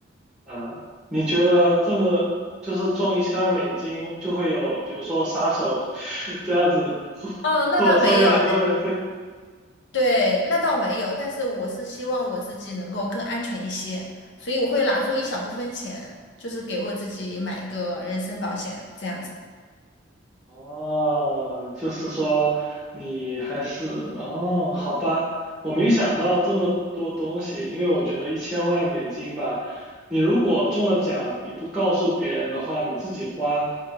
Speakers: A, in the centre; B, on the left.
A: 啊？你觉得这么就是中一千万美金就会有，比如说杀手 <laughs> 这样子，<laughs>
B: 哦，那倒没有，
A: 或者说有很多人会
B: 对，那倒没有，
A: 填
B: 但是我是希望我自己能够更安全一些，所以我会拿出一小部分钱，就是给我自己买一个人身保险，这样子。
A: 哦，就是说你还是哦，好吧，我没想到这么多东西，因为我觉得一千万美金吧，你如果中了奖，你不告诉别人的话，你自己花，